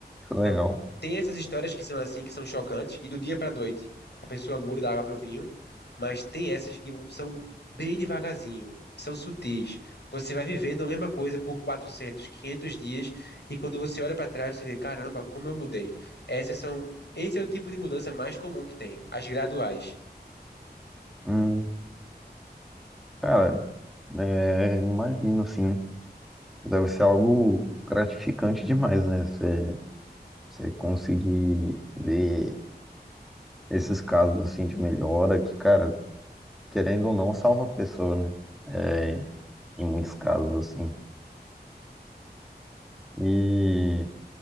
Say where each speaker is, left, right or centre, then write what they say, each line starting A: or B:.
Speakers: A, in the centre; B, on the left (about 85°).
A: que legal.
B: Então, tem essas histórias que são assim, que são chocantes, que do dia pra noite a pessoa muda da água pro vinho, mas tem essas que são bem devagarzinho, que são sutis. Você vai vivendo a mesma coisa por 400, 500 dias e quando você olha pra trás você vê, caramba, como eu mudei. Essas são, esse é o tipo de mudança mais comum que tem, as graduais.
A: Hum, cara, é, imagino, assim, deve ser algo gratificante demais, né? Você você conseguir ver esses casos, assim, de melhora, que, cara... querendo ou não, salva a pessoa, né? É, em muitos casos, assim. E,